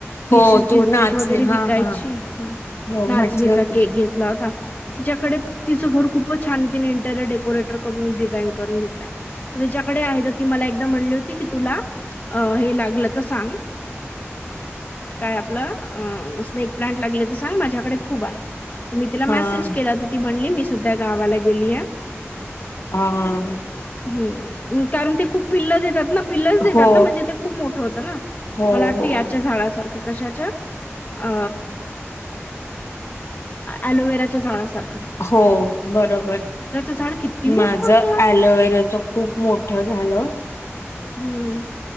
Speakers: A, on the left; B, on the left.
A: ती
B: हो
A: अशी चीज
B: तू नाचणे
A: केक वगैरे विकायची,
B: हा हा
A: हा
B: हो
A: नाचणीचा
B: म्हटली होती
A: केक घेतला होता तिच्याकडे तिचं घर खूपच छान तिने इंटेरियर डेकोरेटर कडून डिझाईन करून घेतलय. त्याच्याकडे आहे तर ती मला एकदा म्हणली होती की, तुला हे लागलं तर सांग. काय आपलं? अ स्नेक प्लांट लागले, तर सांग माझ्याकडे खूप आहे. तर मी तिला मॅसेज
B: हा
A: केला, तर ती म्हणली मी सध्या गावाला गेलीए
B: हा <unintelligible>
A: ह कारण ते खूप पिल्ल देतात ना पिल्लच देतात
B: हो
A: ना म्हणजे ते खूप मोठं होत ना
B: हो
A: मला वाटतं
B: हो
A: याच्या झाडासारख कशाच्या अ आयवेराच्या <unintelligible> झाडासारख
B: हो बरोबर
A: झाड किती मोठं
B: माझ
A: होतं.
B: अलोवेराच <unintelligible> खूप मोठ झालं
A: हम्म